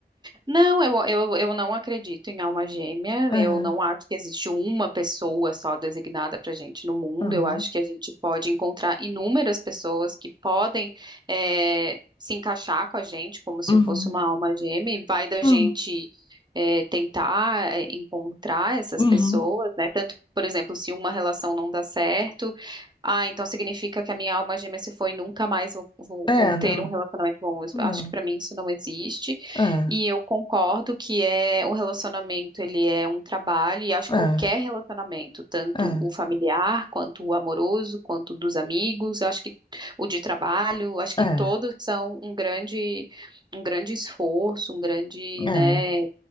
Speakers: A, on the right; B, on the left.
A: não, eu, eu, eu não acredito em alma gêmea.
B: Aham,
A: Eu não acho que existe uma pessoa só designada para gente no mundo.
B: aham,
A: Eu acho que a gente pode encontrar inúmeras pessoas que podem é, se encaixar com a gente como se
B: uhum,
A: fosse uma alma gêmea, e vai da
B: uhum,
A: gente é, tentar é, encontrar essas
B: uhum.
A: pessoas, né? Tanto, por exemplo, se uma relação não dá certo. Ah, então significa que a minha alma gêmea se foi, e nunca mais vou, vou-
B: É,
A: vou
B: não,
A: ter um relacionamento bom. Eu
B: não,
A: acho que pra mim isso não existe.
B: é,
A: E eu concordo que é o relacionamento, ele é um trabalho, e acho que
B: é,
A: qualquer relacionamento, tanto
B: é.
A: o familiar, quanto o amoroso, quanto o dos amigos, eu acho que o de trabalho, eu acho que
B: É,
A: todos são um grande, um grande esforço, um grande,
B: é,
A: né,